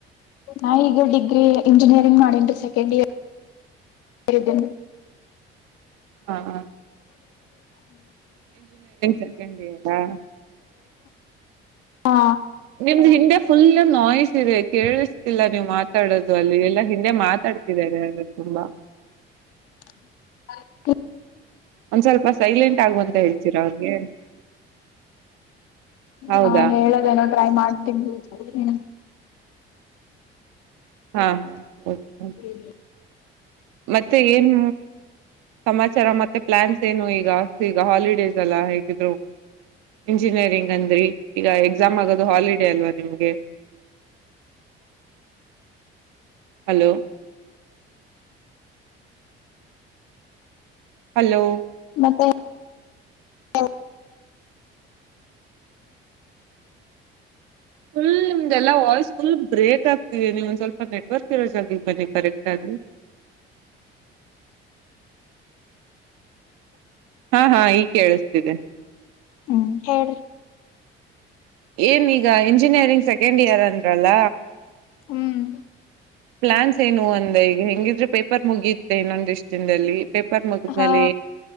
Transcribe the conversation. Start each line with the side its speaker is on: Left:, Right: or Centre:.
Left: ನಾ ಈಗ ಡಿಗ್ರಿ ಇಂಜಿನಿಯರಿಂಗ್ ಮಾಡನ್ು ಸೆಕೆಂಡ್ ಇಯರ್ಿದ್ದೇನ್
Right: ಹಾ ಹಾ ಸೆಕೆಂಡ್ ಇಯರಾ
Left: ಹಾ
Right: ನಿಮ್ದ್ ಹಿಂದೆ ಫುಲ್ ನಾಲೇಜ್ ಇದೆ ಕೇಳಿಸ್ತಿಲ್ಲ ನೀವು ಮಾತಾಡೋದು ಅಲ್ಲಿ ಎಲ್ಲಾ ಹಿಂದೆ ಮಾತಾಡ್ತಿದಿದ್ದಾರೆ ಆದ ತುಂಬಾ
Left: ಹ
Right: ಒಂದ್ ಸ್ವಲ್ಪ ಸೈಲೆಂಟ್ ಆಗುವಂತ ಹೇಳ್ತೀರಾ ಅವ್ರಿಗೆ ಹೌದಾ
Left: ಹಾ ಹೇಳದೇನೋ ಟ್ರೈ ಮಾಡ್ತೀನಿ್ಮ
Right: ಹಾ ಹಾ ಸರಿ
Left: ಹ್ಮ
Right: ಮತ್ತೆ ಏನ್ ಸಮಾಚಾರ ಮತ್ತೆ ಪ್ಲಾನ್ಸ್ ಏನು ಈಗ ಈಗ ಹಾಲಿಡೇಸ್ ಎಲ್ಲ ಹೇಗಿದ್ರು ಇಂಜಿನಿಯರಿಂಗ್ ಅಂದ್ರರಿ ಈಗ ಎಕ್ಸಾಮ್ ಆಗೋದು ಹಾಲಿಡೇ ಅಲ್ವಾ ನಿಮ್ಗೆ ಹಲೋ ಹಲೋ
Left: ಮತ್ತ ಹಾ
Right: ಫುಲ್ ನಿಮ್ದೆಲ್ಲಾ ವಾಯ್ಸ್ ಫುಲ್ ಬ್ರೇಕ್ ಆಗ್ತಿದೆ ನೀವು ಒಂದ ಸ್ವಲ್ಪ ನೆಟ್ವರ್ಕ್ ಇರೋ ಜಾಗಿ ಬನ್ನಿ ಕರೆಕ್ಟ್ ಆಗಿ ಹಾ ಹಾ ಈ ಕೇಳಸ್ತಿದೆ
Left: ಹ್ಮ್ ಹೇಳ್ರಿ
Right: ಏನ್ೀಗ ಇಂಜಿನಿಯರಿಂಗ್ ಸೆಕೆಂಡ್ ಇಯರ್ ಅಂದ್ರಲ್ಲ
Left: ಹ್ಮ್
Right: ಪ್ಲಾನ್ಸ್ ಏನು ಅಂದ ಈಗ ಹೆಂಗಿದ್ರೆ ಪೇಪರ್ ಮುಗಿಯುತ್ತೆ ಇನ್ನೊಂದ ಇಷ್ಟ ದಿನದಲ್ಲಿ ಪೇಪರ್ ಮುಗಿದ್ಮೇಲೆ
Left: ಹಾ